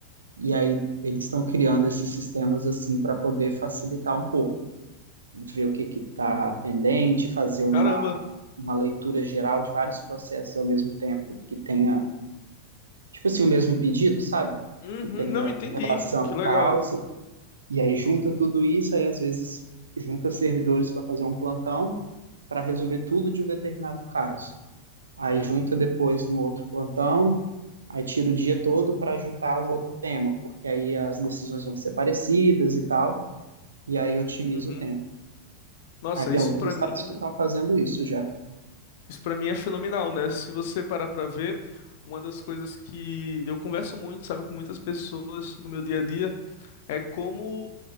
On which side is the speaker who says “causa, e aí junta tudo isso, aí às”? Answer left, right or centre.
Right